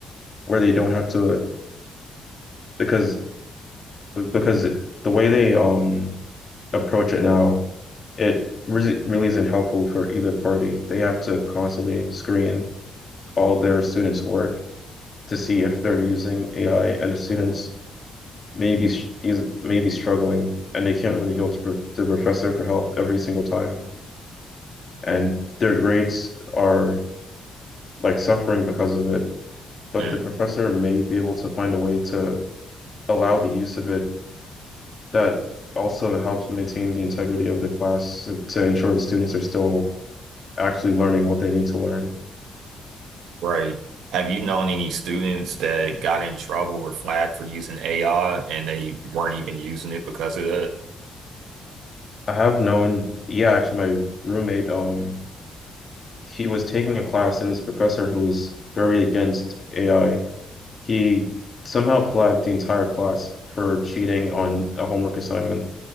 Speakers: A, on the left; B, on the right.
A: where they don't have to, because because the way they um approach it now, it really really isn't helpful for either party. They have to constantly screen all their students' work to see if they're using AI, and the students maybe s- these may be struggling and they can't really go to pro to professor for help every single time and their grades are like suffering because of it but
B: Mm.
A: the professor may be able to find a way to allow the use of it that also helps maintain the integrity of the class to, to ensure the students are still actually learning what they need to learn
B: Right. Have you known any students that got in trouble or flagged for using AI and they weren't even using it because of that?
A: I have known yeah actually my roommate um he was taking a class and this professor who was very against AI He somehow flagged the entire class for cheating on a homework assignment.